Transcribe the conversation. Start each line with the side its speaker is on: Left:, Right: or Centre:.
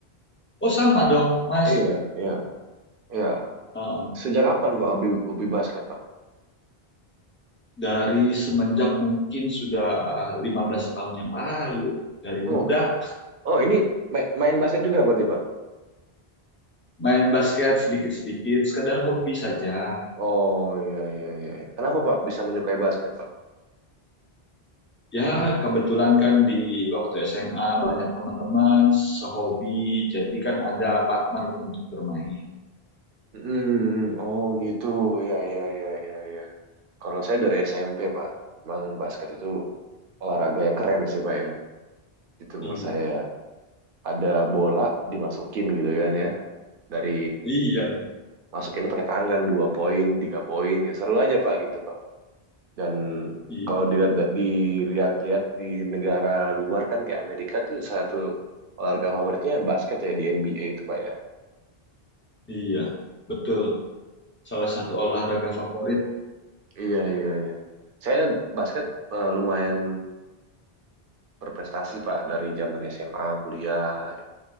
Left: Oh sama dong, Mas.
Right: Iya, iya, iya.
Left: Uh,
Right: Sejak kapan Pak hobi, hobi basket Pak?
Left: dari semenjak mungkin sudah 15 tahun yang lalu, dari
Right: Oh,
Left: muda
Right: oke. Oh, ini ma- main basket juga berarti Pak?
Left: main basket sedikit-sedikit, sekedar hobi saja.
Right: Oh, iya, iya, iya. Kenapa Pak bisa menyukai basket Pak?
Left: Ya, kebetulan kan di waktu SMA banyak teman-teman sehobi, jadi kan ada partner untuk bermain.
Right: Hmm, oh gitu, ya ya ya ya ya. Kalau saya dari SMP Pak, emang basket itu olahraga yang keren sih Pak ya. Itu menurut
Left: Iya,
Right: saya ada bola dimasukin gitu kan ya, dari
Left: iya,
Right: masukin pakai tangan dua poin, tiga poin, gitu. Seru aja Pak gitu Pak. Dan
Left: iya,
Right: kalau dilihat dilihat-lihat di negara luar kan kayak Amerika tuh satu olahraga favoritnya basket ya di NBA itu Pak ya.
Left: iya, betul. Salah satu olahraga favorit.
Right: Iya iya iya. Saya basket eh, lumayan berprestasi Pak dari zaman SMA, kuliah. gitu.